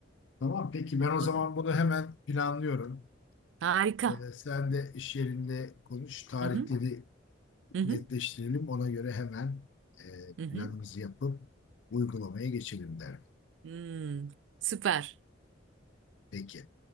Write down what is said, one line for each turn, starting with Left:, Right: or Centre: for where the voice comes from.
Left: Tamam peki ben o zaman
Right: <laughs>
Left: bunu hemen planlıyorum.
Right: Harika.
Left: Ee, sen de iş yerinde konuş. Tarihleri
Right: Hı hı. Hı hı.
Left: netleştirelim. Ona göre hemen e,
Right: Hı hı.
Left: planımızı yapıp uygulamaya geçelim derim.
Right: Hmm, süper.
Left: Peki.